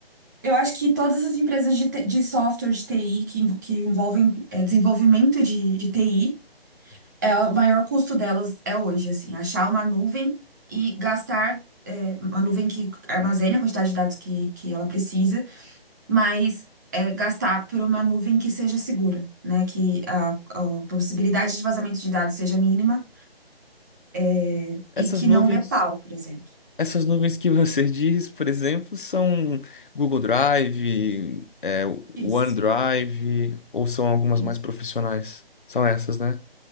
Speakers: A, on the right; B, on the left.
A: eu acho que todas as empresas de, te- de software de TI que, env- que envolvem é, desenvolvimento de, de TI, é, o maior custo delas é hoje, assim, achar uma nuvem e gastar é, uma nuvem que armazene a quantidade de dados que, que ela precisa, mas é, gastar por uma nuvem que seja segura, né? Que a, a possibilidade de vazamento de dados seja mínima é,
B: Essas
A: e que
B: nuvens,
A: não dê pau, por exemplo.
B: essas nuvens que você <laughs> diz, por exemplo, são Google Drive, é,
A: Isso.
B: OneDrive, ou são algumas
A: Isso.
B: mais profissionais? São essas, né?